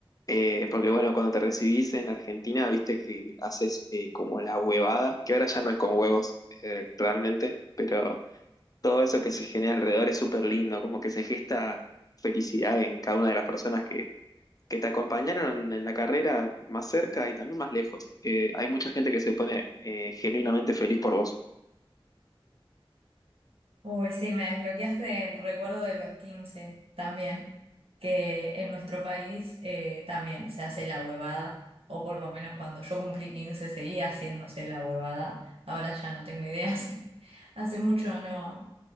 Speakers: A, on the left; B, on the right.
A: eh, porque bueno, cuando te recibís en Argentina, viste que haces eh, como la huevada, que ahora ya no es con huevos eh, realmente, pero todo eso que se genera alrededor es súper lindo, como que se gesta felicidad en cada una de las personas que, que te acompañaron en la carrera más cerca y también más lejos. Eh, hay mucha gente que se pone eh, genuinamente feliz por vos.
B: Uy, sí, me desbloqueaste el recuerdo de los 15 también, que en nuestro país eh, también se hace la huevada, o por lo menos cuando yo cumplí 15 seguía haciéndose la huevada, ahora ya no tengo ideas, <laughs> hace mucho no,